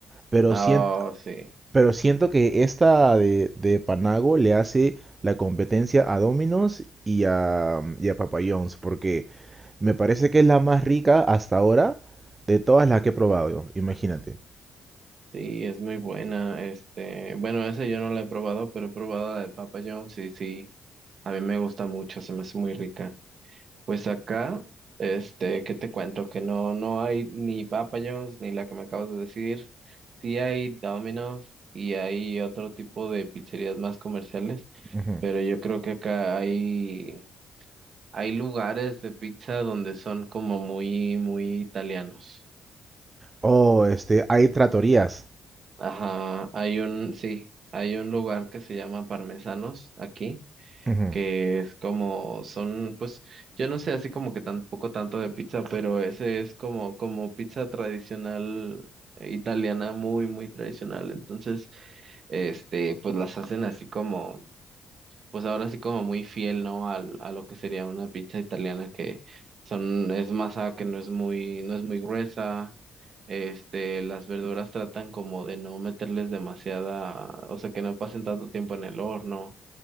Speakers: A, on the right; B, on the right.
A: pero
B: Ah,
A: siento,
B: sí.
A: pero siento que esta de, de Panago le hace la competencia a Domino's y a, y a Papa John's, porque me parece que es la más rica hasta ahora de todas las que he probado, imagínate.
B: Sí, es muy buena. Este, bueno, esa yo no la he probado, pero he probado la de Papa John Sí, sí. A mí me gusta mucho, se me hace muy rica. Pues acá, este, ¿qué te cuento? Que no, no hay ni Papa John's ni la que me acabas de decir. Sí hay Domino's y hay otro tipo de pizzerías más comerciales,
A: Ujú.
B: pero yo creo que acá hay Hay lugares de pizza donde son como muy, muy italianos.
A: Oh, este, hay tratorías.
B: Ajá, hay un, sí, hay un lugar que se llama Parmesanos aquí,
A: Ujú.
B: que es como, son, pues, yo no sé así como que tampoco tanto de pizza, pero ese es como, como pizza tradicional eh, italiana, muy, muy tradicional. Entonces, este, pues las hacen así como pues ahora sí como muy fiel, ¿no? Al, a lo que sería una pizza italiana que son, es masa que no es muy, no es muy gruesa. Este, las verduras tratan como de no meterles demasiada, o sea, que no pasen tanto tiempo en el horno